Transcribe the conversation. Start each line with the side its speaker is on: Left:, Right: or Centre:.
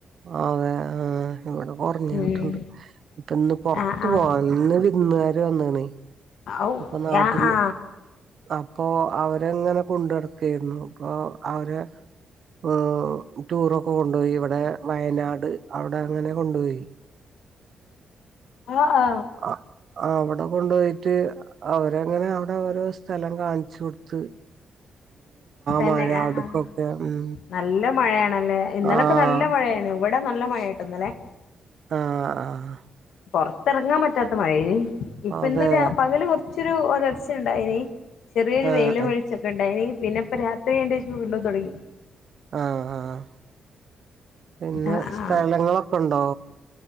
Right: അതെ ആഹ് ഇവിടെ കൊറ്ഞ്ഞിട്ട്ണ്ട്
Left: ഉം
Right: ഇപ്പ ഇന്ന് പൊറത്ത്
Left: ആ ആ
Right: പോവാ ഇന്ന് വിര്ന്നാര് വന്ന്ണ്
Left: ഔ
Right: അപ്പൊ നാട്ടിന്ന്
Left: ആ ആ
Right: അപ്പൊ അവരങ്ങനെ കൊണ്ടട്ക്കായ്ന്നു അപ്പൊ അവര് ഓ ടൂറൊക്കെ കൊണ്ടോയി ഇവിടെ വയനാട് അവിടെ അങ്ങനെ കൊണ്ട്പോയി
Left: ആ ആ
Right: അ അവടെ കൊണ്ടു പോയിട്ട് അവരങ്ങനെ അവിടെ ഓരോ സ്ഥലം കാണിച്ചു കൊടുത്ത്
Left: തന്നെ
Right: മഴ
Left: ആഹ്
Right: അവിടക്കൊക്കെ
Left: ആഹ്
Right: ഉം
Left: നല്ല മഴയാണല്ലേ ഇന്നലൊക്കെ
Right: ആഹ്
Left: നല്ല മഴയാന്നു ഇവിടെ നല്ല മഴെട്ടൊന്നലെ
Right: ആഹ് ആഹ്
Left: പൊറത്തിറങ്ങാൻ പറ്റാത്ത മഴേനി ഇപ്പ
Right: അതെ
Left: ഇന്ന് പകല് കൊർച്ചൊരു ഒലർച്ചണ്ടായിനി ചെറിയൊരു
Right: ആഹ്
Left: വെയിലും
Right: ആഹ്
Left: വെളിച്ചൊക്കണ്ടായിനി പിന്നെപ്പൊ രാത്രി ആയേന്റേശം വീണ്ടും തൊടങ്ങി
Right: ആഹ ആഹ് പിന്നെ
Left: ആ
Right: സ്ഥലങ്ങളൊ
Left: ആ
Right: ഉണ്ടോ